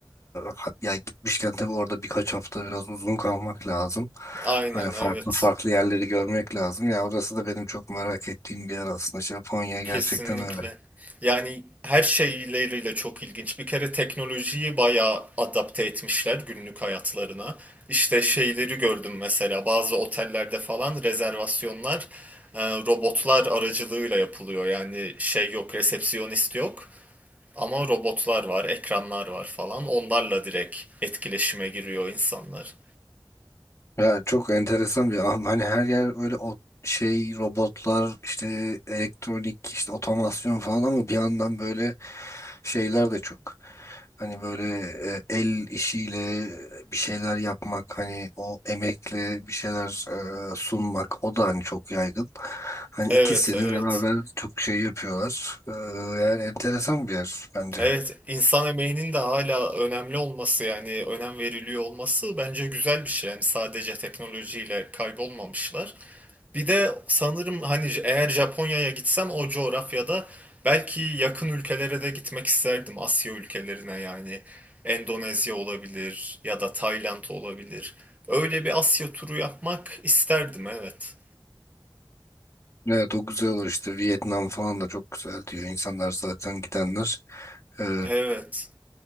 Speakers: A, on the left; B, on the right.
A: hat- ya gitmişken tabii orada birkaç hafta biraz uzun kalmak lazım.
B: Aynen
A: Hani farklı
B: evet.
A: farklı yerleri görmek lazım. Yani orası da benim çok merak ettiğim bir yer aslında. İşte Japonya gerçekten
B: Kesinlikle.
A: öyle.
B: Yani her şeyleriyle çok ilginç. Bir kere teknolojiyi bayağı adapte etmişler günlük hayatlarına. İşte şeyleri gördüm mesela bazı otellerde falan rezervasyonlar e, robotlar aracılığıyla yapılıyor. Yani şey yok, resepsiyonist yok ama robotlar var, ekranlar var falan. Onlarla direkt etkileşime giriyor insanlar.
A: Ya çok enteresan bir an. Hani her yer böyle o şey robotlar işte elektronik işte otomasyon falan ama bir yandan böyle şeyler de çok. Hani böyle e, el işiyle bir şeyler yapmak hani o emekle bir şeyler e, sunmak o da hani çok yaygın. Hani
B: Evet,
A: ikisini
B: evet.
A: beraber çok şey yapıyorlar. E, yani enteresan bir yer bence.
B: Evet, insan emeğinin de hala önemli olması yani önem veriliyor olması bence güzel bir şey. Yani sadece teknolojiyle kaybolmamışlar. Bir de sanırım hani eğer Japonya'ya gitsem o coğrafyada belki yakın ülkelere de gitmek isterdim. Asya ülkelerine yani Endonezya olabilir ya da Tayland olabilir. Öyle bir Asya turu yapmak isterdim evet.
A: Evet o güzel olur işte Vietnam falan da çok güzel diyor. İnsanlar zaten gidenler eee
B: Evet.